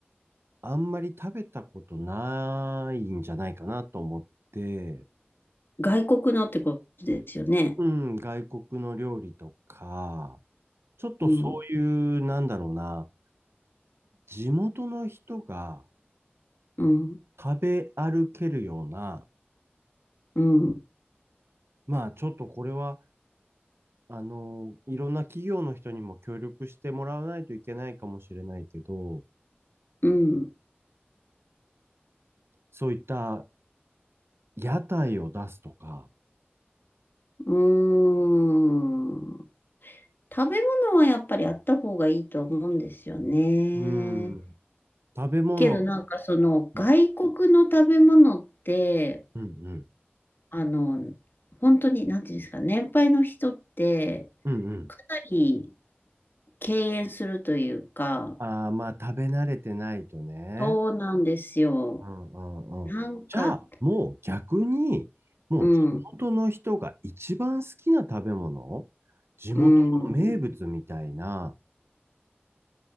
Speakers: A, on the right; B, on the left.
A: あんまり食べたことないんじゃないかなと思って、
B: 外国のってことですよね。
A: うん、外国の料理とか、ちょっとそういう、
B: うん、
A: なんだろうな、地元の人が、
B: うん、
A: 食べ歩けるような、
B: うん、
A: まあちょっとこれは、あの、いろんな企業の人にも協力してもらわないといけないかもしれないけど、
B: うん。
A: そういった屋台を出すとか、
B: うーん。食べ物はやっぱりあった方がいいと思うんですよね。
A: うん、食べ物、
B: けどなんかその外国の食べ物って、
A: うん、うん、うん、
B: あの、本当になんていうんですかね、年配の人って
A: うんうん。
B: かなり敬遠するというか、
A: ああ、まあ食べ慣れてないとね。
B: そうなんですよ。
A: うんうんうん。
B: なんか、
A: じゃあ、もう逆に、もう地元の人が一番好きな食べ物、
B: うん、
A: 地元の名物みたいな、
B: うん、